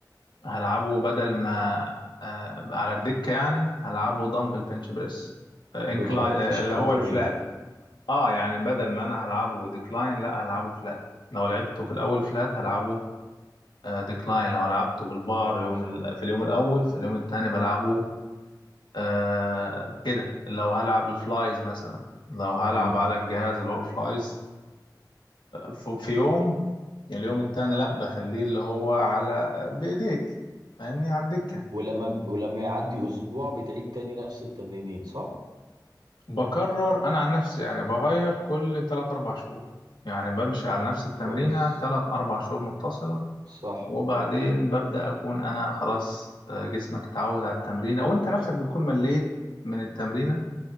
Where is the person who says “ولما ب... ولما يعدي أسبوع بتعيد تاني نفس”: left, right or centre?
Right